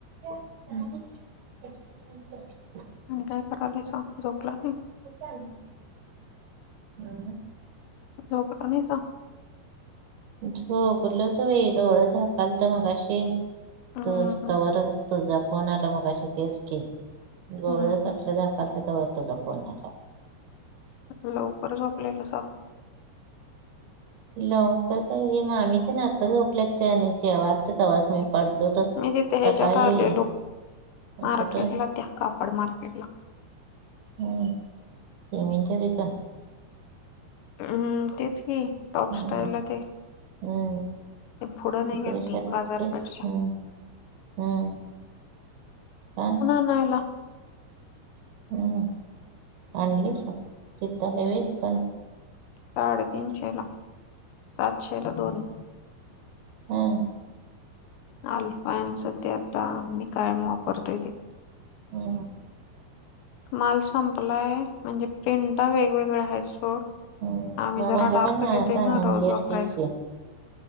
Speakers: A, on the right; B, on the left.
A: <inaudible>
B: आणि काय करालास झोपला नाही?
A: <unintelligible>
B: झोपला नाही का?
A: झोपलंत बाई डोळं झाकालत मगाशी
B: हं,
A: तच
B: हं,
A: तवरच तुझा फोन आला मग अशी तेच की डोळ
B: हं, हं.
A: कसले झाकाल तवर तुझ फोन आला.
B: <unintelligible>
A: लवकर काही मग आम्ही ते ना आता झोपल्या ते आणि जेव्हाचा तवाच म पडलो
B: मी तिथे ह्याच्यात
A: सकाळी
B: आलेलो मार्केट
A: कुठं
B: ला त्या कापड मार्केट ला
A: हम्म तीमंच्याचेतं
B: हम्म तेच की टॉप
A: हम्म.
B: स्टाईलला ते
A: हम्म
B: ते पुढं नाही
A: तिथं
B: का
A: कशा
B: ते
A: वाटतेच
B: बाजारपेठच्या
A: हम् हम्म हा
B: नाहीला
A: हम् आणलीस तिथ हवे दुकान
B: साडेतीीनशे ला सातशे ला दोन
A: हो.
B: आल्फानच ते आता मी काय वापरतोय ते.
A: ह.
B: माल संपलाय म्हणजे प्रिंट वेगवेगळ्या आहेत सोड.
A: हम्
B: आम्ही
A: मग
B: जरा
A: मला
B: डार्क
A: पण
B: घेतोय
A: सांगलेस
B: ना रोज वापरायचं
A: असतीस की.